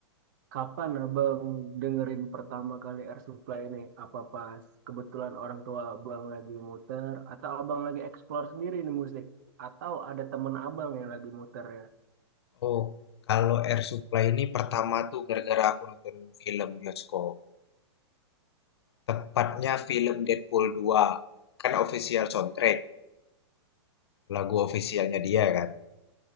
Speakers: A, on the right; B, on the left.
A: kapan abang dengerin pertama kali Air Supply ini? Apa pas kebetulan orang tua abang lagi muter, atau abang lagi explore sendiri nih musik, atau ada temen abang yang lagi muter ya?
B: oh kalau Air Supply ini pertama tuh gara-gara aku nonton film bioskop tepatnya film Deadpool 2 kan official soundtrack lagu officialnya dia kan